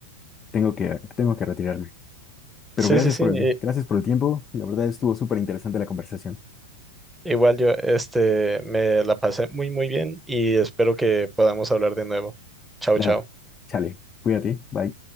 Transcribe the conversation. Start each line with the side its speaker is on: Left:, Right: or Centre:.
Left: tengo que, tengo que retirarme. Pero
Centre: Sí,
Left: gracias
Centre: sí, sí.
Left: por el,
Centre: i-
Left: gracias por el tiempo, la verdad estuvo súper interesante la conversación.
Centre: Igual yo, este, me la pasé muy, muy bien y espero que podamos hablar de nuevo. Chao,
Left: Claro.
Centre: chao.
Left: Chale, cuídate, bye.